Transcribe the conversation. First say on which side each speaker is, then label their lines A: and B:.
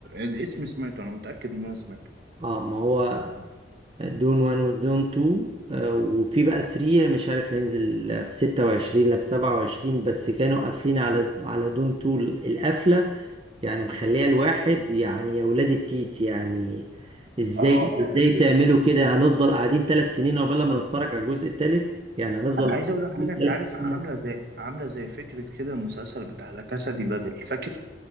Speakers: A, on the right; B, on the right.
A: الاسم سمعته انا متأكد ان انا سمعته
B: اه ما هو دون وان ودون تو آه، وفي بقى 3 مش عارف هينزل في 26 لا في 27 بس كانوا قافلين على على دون تو القفلة يعني مخليه الواحد يعني يا ولاد التيت يعني ازاي
A: اه
B: <laughs>
A: اه اه
B: ازاي تعملوا كده هنفضل قاعدين ثلاث سنين عقبال ما نتفرج على الجزء الثالث يعني هنفضل
A: انا عايز اقول لك حاجه
B: ثلاث
A: انت عارف
B: <laughs>
A: عامله
B: سنين
A: زي عامله زي فكره كده المسلسل بتاع لا كاسا دي بابل فاكر